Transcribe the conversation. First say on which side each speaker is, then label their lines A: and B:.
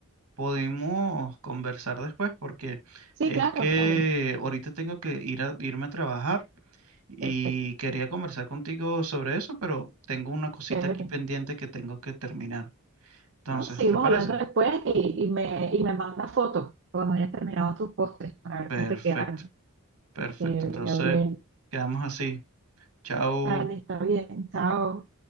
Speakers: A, on the right; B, on the right.
A: podemos conversar después porque
B: Sí,
A: es
B: claro,
A: que
B: claro.
A: ahorita tengo que ir a, irme a trabajar y
B: Perfecto.
A: quería conversar contigo sobre eso, pero tengo una cosita
B: Chévere.
A: aquí pendiente que tengo que terminar. Entonces,
B: No, seguimos
A: ¿te parece?
B: hablando después y, y me, y me manda fotos cuando hayas terminado tus postres para ver
A: Perfecto,
B: cómo te quedaron.
A: perfecto.
B: Chévere,
A: Entonces,
B: Gabriel.
A: quedamos así. Chao.
B: Vale, está bien. Chao.